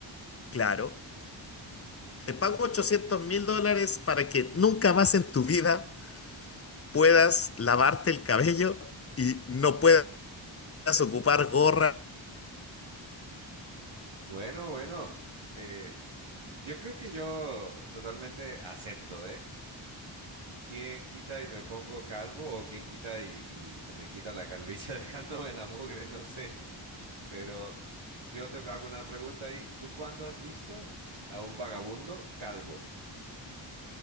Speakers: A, on the left (about 30°); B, on the right (about 75°).
A: Claro. Te pago ochocientos mil dólares para que nunca más en tu vida puedas lavarte el cabello y no puedas ocupar gorra
B: Bueno, bueno. eh, yo creo que yo totalmente acepto, ¿eh? ¿Quién quita y me pongo calvo o quién quita y, y se me quita la calvicie <laughs> dejándome la mugre? No sé. Pero yo te hago una pregunta ahí. ¿Tú cuándo has visto a un vagabundo calvo?